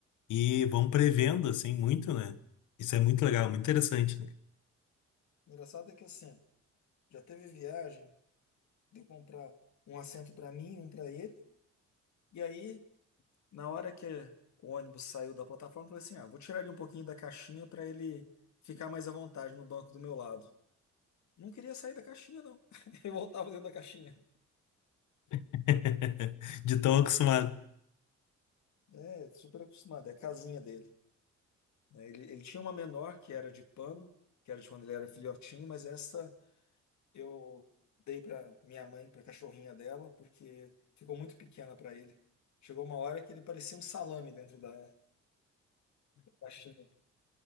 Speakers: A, on the left (about 80°); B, on the left (about 65°).
A: e vão prevendo, assim, muito, né. Isso é muito legal, muito interessante, né?
B: O Engraçado é que assim, já teve viagem de comprar um assento para mim, um para ele. E aí, na hora que o ônibus saiu da plataforma, eu falei assim: ah, vou tirar ele um pouquinho da caixinha para ele ficar mais à vontade no banco do meu lado. Não queria sair da caixinha, não. <laughs> eu voltava dentro da caixinha.
A: <laughs> De tão acostumado,
B: É, super acostumado, é a casinha dele. né? Ele, ele tinha uma menor que era de pano, que era de quando ele era filhotinho, mas essa eu dei para minha mãe, para cachorrinha dela, porque ficou muito pequena para ele. Chegou uma hora que ele parecia um salame dentro da da caixinha.